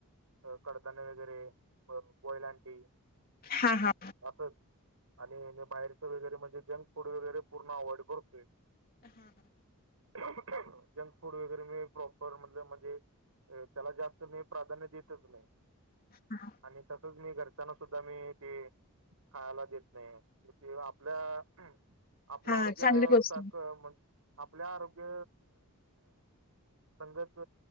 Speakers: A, on the right; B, on the left.
A: अ कडधान्ये वगैरे बोईल अंडी
B: हा हा
A: असच आणि मी बाहेरचं वगैरे म्हणजे जंक फूड वगैरे पूर्ण अवॉइड करतो.
B: हा हा
A: जंक फूड वगैरे प्रपर म्ह म्हणजे त्याला जास्त मी प्राध्य देतच नाही.
B: हा
A: आणि तसंच मी घरच्यांन सुद्धा मी ते खायला देत नाही म ते आपल्या आपल्या
B: हा
A: आरोग्य
B: चांगली गोष्ट
A: म्हणजे आपल्या आरोग्य संगच